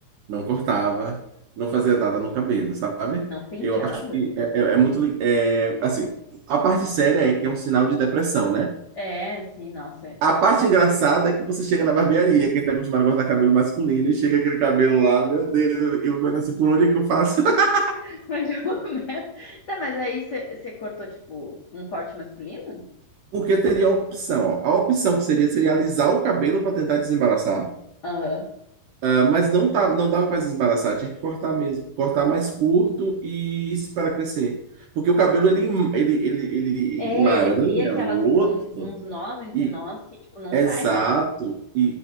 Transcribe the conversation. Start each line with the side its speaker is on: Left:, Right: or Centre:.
Right: não cortava, não fazia nada no cabelo, sabe?
Left: Não penteava?
Right: Eu acho que é, é- é muito. li- É, assim, a parte séria é que é um sinal de depressão, né?
Left: É, sim, nossa. É.
Right: A parte engraçada é que você chega na barbearia, quem tá acostumado a cortar cabelo masculino, e chega aquele cabelo lá, meu Deus, eu vendo assim, por onde é que eu faço? <laughs>
Left: <laughs> Mas eu começo- Tá, mas aí você cortou, tipo, um corte masculino?
Right: Porque teria a opção, ó. A opção que seria seria alisar o cabelo para tentar desembaraçar,
Left: Aham.
Right: Ah, mas não tá, não dava para desembaraçar, tinha que cortar mesmo, cortar mais curto e esperar crescer. Porque o cabelo ele em- ele ele, ele
Left: É,
Right: emaranha
Left: ele cria aquelas,
Right: no outro
Left: um- uns nós entre
Right: e
Left: nós que, tipo, não
Right: exato
Left: sai, né?
Right: e,